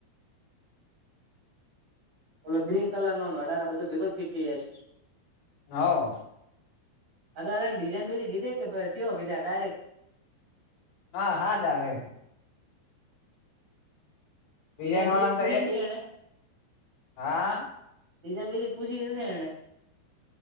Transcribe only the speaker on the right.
એલો ગ્રીન કલર નો અઢાર બધુ ભેગો જ ફીટ થઈ જશે.
અત્યારે ડિઝાઈન બધી કીધી કે પછી કીધા ડાયરેક્ટ.
ડિઝાન
બધી
પૂછી
એને.
રીઝન બી પૂછી જશે એને.